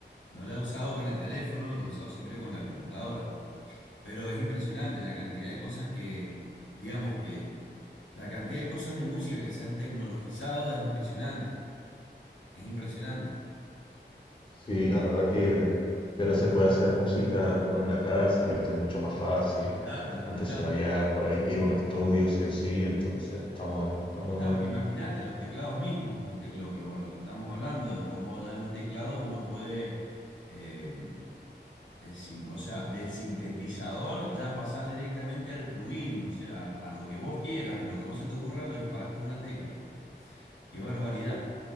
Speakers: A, on the left; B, on the left.
A: No la he usado con el teléfono, la he usado siempre con la computadora. Pero es impresionante la cantidad de cosas que, digamos que la cantidad de cosas de música que se han tecnologizado es impresionante. Es impresionante.
B: Sí,
A: Eh,
B: la verdad que, que ahora se puede hacer música uno en la casa, ¿viste? Mucho más fácil.
A: claro, los
B: Antes
A: teclados.
B: se había por ahí que ir a un estudio, sí o sí, entonces está bueno, está muy
A: Claro,
B: bueno.
A: imagínate los teclados mismos, los teclados que vos- lo que estamos hablando de cómo ya en un teclado uno puede, eh, eh, simu- o sea, del sintetizador ya pasar directamente al plugin, o sea, a, a lo que vos quieras, a lo que vos se te ocurra, lo disparás con una tecla. Qué barbaridad.